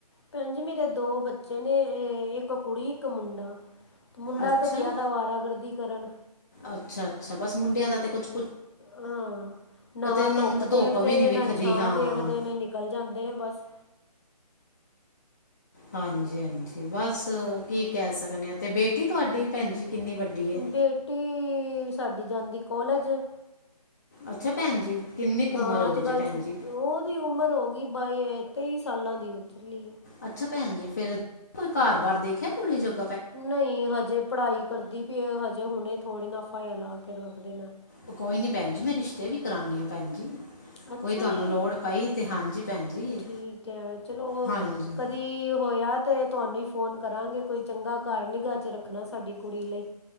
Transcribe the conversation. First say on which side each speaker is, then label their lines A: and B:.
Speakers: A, on the left (about 40°); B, on the left (about 25°).
A: ਭੈਨ ਜੀ ਮੇਰੇ ਦੋ ਬੱਚੇ ਨੇ, ਅ ਅ ਇੱਕ ਕੁੜੀ ਇੱਕ ਮੁੰਡਾ। ਤੇ ਮੁੰਡਾ
B: ਅੱਛਾ
A: ਤੇ ਗਿਆ ਦਾ ਅਵਾਰਾਗਰਦੀ ਕਰਨ।
B: ਅੱਛਾ, ਅੱਛਾ ਬਸ ਮੁੰਡਿਆਂ ਦਾ ਤੇ ਕੁੱਛ
A: ਅ ਆਂ ਨਾ
B: ਉਹਨਾਂ
A: ਧੁੱਪ
B: ਨੂੰ ਤੇ
A: ਦੇਖਦੇ
B: ਵੀ ਨਹੀਂ
A: ਨੇ,
B: ਵਿਖਦੀ
A: ਨਾਂ ਛਾਂ
B: ਹਾਂ
A: ਦੇਖਦੇ ਨੇਂ, ਨਿਕਲ ਜਾਂਦੇ ਨੇਂ ਬਸ।
B: ਹਾਂਜੀ, ਹਾਂਜੀ ਬਸ ਕੀ ਕਹਿ ਸਕਨੇ ਆਂ। ਤੇ ਬੇਟੀ ਤੁਹਾਡੀ ਭੈਨ ਜੀ। ਕਿੰਨੀ ਵੱਡੀ ਹੈ
A: ਬੇਟੀ ਸਾਡੀ ਜਾਂਦੀ ਕੋਲੇਜ ਹਂ
B: ਅੱਛਾ ਭੈਣ ਜੀ ਕਿੰਨੀ ਕੁ
A: ਹਾਂ
B: ਉਮਰ ਹੋ
A: ਅੱਜ
B: ਗਈ
A: ਕੱਲ
B: ਜੀ ਭੈਣ
A: ਛੁੱਟ
B: ਜੀ
A: ਉਹਦੀ ਉਮਰ ਹੋ ਗਈ ਬਾਈ ਯਾ ਤੇਈ ਸਾਲਾਂ ਦੀ ਹੋ ਚੱਲੀ ਐ।
B: ਅੱਛਾ ਭੈਨ ਜੀ ਫੇਰ ਕੋਈ ਘਰ ਬਾਰ ਦੇਖਿਆ ਕੁੜੀ ਜੋਗ
A: ਨਈਂ ਹਜੇ ਪੜ੍ਹਾਈ ਕਰਦੀ <unintelligible> ਜੇ ਹੁਨੇ ਥੋੜੀ ਨਾਂ ਫਾਈ ਲਾਂ ਤੇ ਰੋਕ ਦਿੰਨਾ।
B: ਓ ਕੋਈ ਨੀ ਭੈਨ ਜੀ, ਮੈਂ ਰਿਸ਼ਤੇ ਵੀ ਕਰਾਂਨੀਂ ਆਂ। ਭੈਣ ਜੀ
A: ਅੱਛਾ
B: ਕੋਈ ਤੁਹਾਨੂੰ
A: ਜੀ
B: ਲੋੜ ਪਈ ਤੇ ਹਾਂਜੀ ਭੈਣ ਜੀ
A: ਠੀਕ ਹੈ, ਚਲੋ
B: ਹਾਂਜੀ
A: ਕਦੀ ਹੋਇਆ ਤੇ ਤੁਹਾਨੂੰ ਹੀ ਫੋਨ ਕਰਾਂਗੇ, ਕੋਈ ਚੰਗਾ ਘਰ ਨਿਗਾਹ ਚ ਰੱਖਨਾ ਸਾਡੀ ਕੁੜੀ ਲਈ।